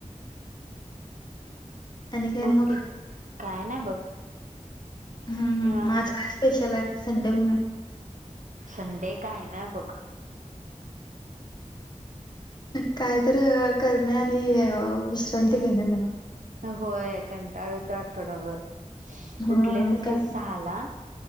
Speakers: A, on the left (about 35°); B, on the right (about 75°).
A: आणि काय
B: बोलकी
A: मग
B: काय नाही बघ?
A: हम् हम
B: निवांत
A: मग आज काय स्पेशल आहे संडे म्हणून
B: संडे काय ना बघ
A: काय तर करणे आणि विश्रांती घेणे म्हण
B: होय कंटाळ यत आठवड्याभर
A: हां,
B: उठले
A: मग
B: तस
A: काय
B: सहाला